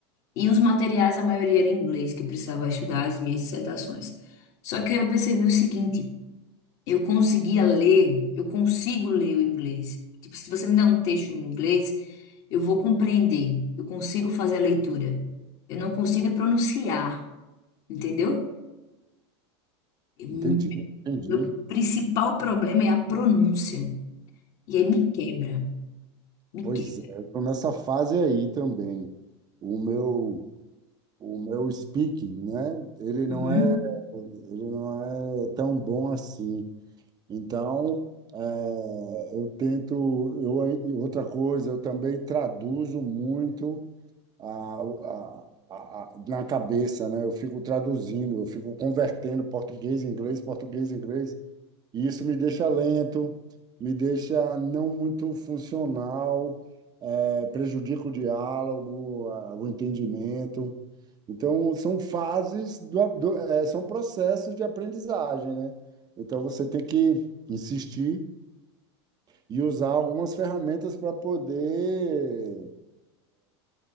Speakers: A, on the left; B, on the right.
A: E os materiais, a maioria era em inglês, que eu precisava estudar as minhas dissertações. Só que aí eu percebi o seguinte. Eu conseguia ler, eu consigo ler o inglês. Tipo, se você me dá um texto em inglês, eu vou compreender. Eu consigo fazer a leitura. Eu não consigo pronunciar, entendeu? Eu-
B: entendi, entendi.
A: Meu principal problema é a pronúncia. E aí me quebra, me
B: Pois
A: quebra.
B: é, eu estou nessa fase aí também. O meu O meu speaking, né? Ele não
A: Uhum.
B: é, ele não é tão bom assim. Então, eh, eu tento, eu ai- e outra coisa, eu também traduzo muito a, a, a, a- na cabeça, né? Eu fico traduzindo, eu fico convertendo português em inglês, português em inglês, e isso me deixa lento, me deixa não muito funcional é, prejudica o diálogo, a- o entendimento. Então, são fases do, do- eh, são processos de aprendizagem, né? Então, você tem que insistir e usar algumas ferramentas para poder